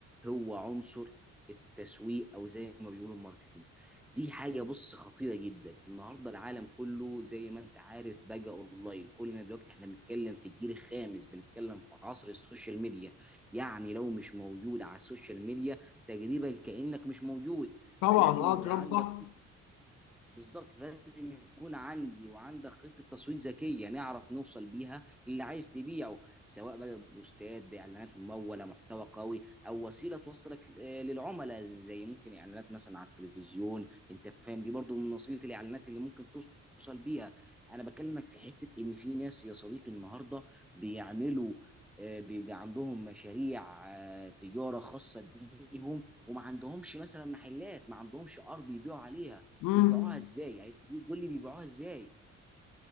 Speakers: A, in the centre; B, on the left (about 85°).
A: هو عنصر التسويق او زي ما بيقولوا الماركتينج دي حاجة بص خطيرة جدا النهاردة العالم كله زي ما انت عارف بقى اونلاين كلنا دلوقتي احنا بنتكلم في الجيل الخامس بنتكلم في عصر السوشيال ميديا يعني لو مش موجود على السوشيال ميديا تقريبا كأنك مش موجود
B: طبعا
A: فلازم
B: اه
A: يبقى
B: كلام
A: عندك
B: صح
A: بالظبط فلازم يكون عندي وعندك خطه تسويق ذكيه نعرف نوصل بيها للي عايز تبيعه سواء بقى ببوستات باعلانات مموله محتوى قوي او وسيله توصلك آه، للعملاء زي زي ممكن اعلانات مثلا على التلفزيون انت فاهم دي برضو من وسيله الاعلانات اللي ممكن توصل بيها انا بكلمك في حته ان في ناس يا صديقي النهارده بيعملوا آه، بيبقى عندهم مشاريع آه، تجاره خاصه بيهم وما عندهمش مثلا محلات ما عندهمش ارض يبيعوا عليها
B: امم
A: بيبيعوها ازاي يعني قول لي بيبيعوها ازاي